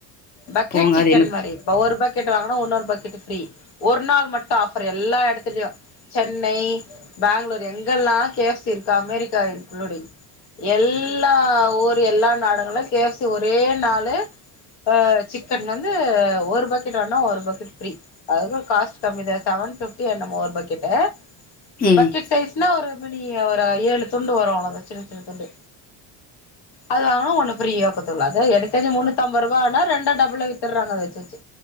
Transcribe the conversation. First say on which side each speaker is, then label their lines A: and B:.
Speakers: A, on the left; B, on the left.
A: பக்கெட்
B: போங்க
A: சிக்கன்
B: அது எனக்கு
A: மாரி இப்ப ஒரு பக்கெட் வாங்கனா உன்னொரு பக்கெட் ஃப்ரீ ஒரு நாள் மட்டு ஆஃபர் எல்லா எடத்திலியு சென்னை பேங்ளூர் எங்கெல்லா கே எஃப் சி இருக்கு அமெரிக்கா இன்க்ளூடிங் எல்லா ஊர் எல்லா நாடுங்களு கே எஃப் சி ஒரே நாளு அ சிக்கன் வந்து ஒரு பக்கெட் வானா ஒரு பக்கெட் ஃப்ரீ அதுக்கு காஸ்ட் கம்மித செவன் பிப்டி என்னமோ ஒரு பக்கெட்டு
B: ம்
A: பக்கெட் சைஸ்னா ஒரு ப்படி ஒரு ஏழு துண்டு வரு அவ்ளோதா சின்ன சின்ன துண்டு அது வாங்கனா ஒன்னு ஃப்ரீயா குத்துல அத எடுத்தது முன்னூத்தம்பரூபானா ரெண்ட டபுள வித்துறாங்க அத வச்சு